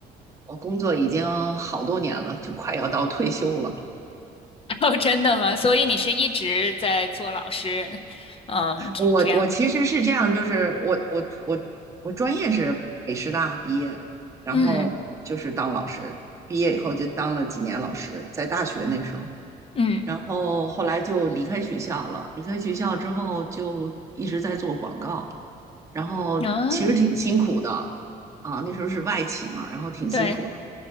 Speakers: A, on the right; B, on the left.
A: 我工作已经好多年了，就快要到退休了。
B: <laughs> 哦，真的吗？所以你是一直在做老师，嗯，这这样，
A: 我我其实是这样，就是我我我我专业是北师大毕业的，然后就是当老师，
B: 嗯
A: 毕业以后就当了几年老师，在大学那时候。
B: 嗯，
A: 然后后来就离开学校了。离开学校之后，就一直在做广告，然后其实挺辛苦的
B: 嗯，
A: 啊。那时候是外企嘛，然后挺辛苦的。
B: 对，